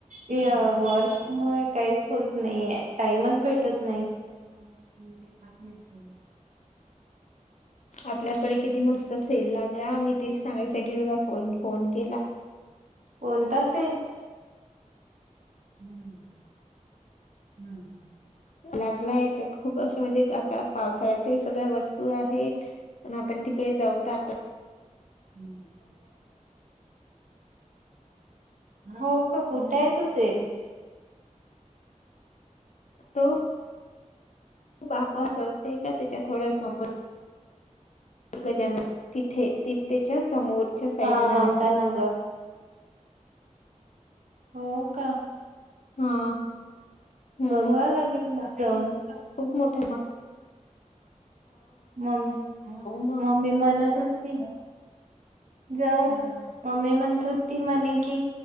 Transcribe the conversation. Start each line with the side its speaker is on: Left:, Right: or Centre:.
Right: ते वर्क मुळे काहीच होत नाही ये,,, टाईमच भेटत नाही. <unintelligible> खात नाहीत ते.
Left: आपल्याकडे किती मस्त सेल लागला, मी तेच सांगायसाठी तुला फ फोन केला.
Right: कोणता सेल? हम्म, हम्, हम्म, हम्म
Left: लागला आहे, त्यात खूप अशे म्हणजे आता पावसाळ्याच्या सगळ्या वस्तू आहेत, आपण त प जाऊत आप
Right: हम्म, हम् हो का? कुठय तो सेल?
Left: तो बापा चौक नाय का त्याच्या थोड्या समोर दुर्ग <unintelligible> तिथे, तेच्या समोरच्या साइडला
Right: हा ममता
Left: आहे.
Right: नगर हो का?
Left: हा. हम्म
Right: बघाय लागेल मग जाऊन.
Left: खूप मोठाय म्हण
Right: मम्मी,
Left: मग
Right: मम्मी म्हणत होती जाऊ ना, मम्मी म्हणत होती म्हणे की,